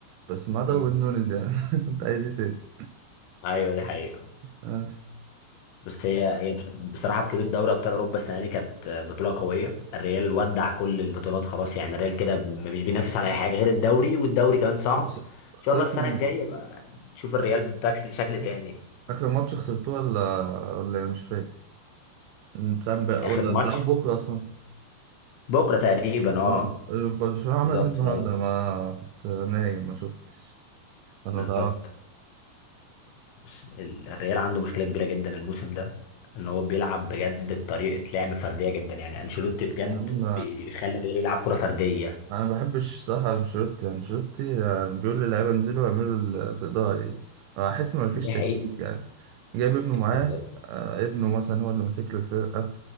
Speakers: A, on the right; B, on the left.
A: بس معاه
B: مم.
A: داروين نونيز يعني <laughs> أنت عايز إيه تاني؟
B: ايوه دي حقيقه
A: بس
B: بس هي هي بصراحه بطوله دوري ابطال اوروبا السنه دي كانت بطوله قويه الريال ودع كل البطولات خلاص يعني الريال كده مش بينافس على اي حاجه غير الدوري والدوري كمان صعب
A: خس-
B: ان شاء
A: خسرتوا
B: الله السنه الجايه بقى نشوف الريال
A: آخ-
B: بتاعك بشكل شكل تاني
A: آخر ماتش خسرتوه ولا ولا إيه؟ مش فاكر بتلعب بقى-
B: اخر
A: ولا
B: ماتش
A: هتلعبوا بكرة أصلا
B: بكره تقريبا اه
A: اه برشلونة عملت
B: بالظبط
A: إيه النهاردة
B: دوري
A: ما كنت نايم ما شفتش ولا
B: بالظبط
A: ما تعرفش
B: بس ال- الريال عنده مشكله كبيره جدا الموسم ده ان هو بيلعب بجد بطريقه لعب فرديه جدا يعني انشيلوتي بجد
A: يا عم
B: بيخلي الريال يلعب كره فرديه
A: انا ما بحبش صح انشيلوتي انشيلوتي يعني بيقول للعيبه انزلوا اعملوا اللي تقدروا عليه أنا احس ما فيش
B: دي
A: تكتيك
B: حقيقة
A: يعني جايب ابنه معاه
B: بالظبط
A: آه، ابنه مثلا هو اللي ماسك له الفرقه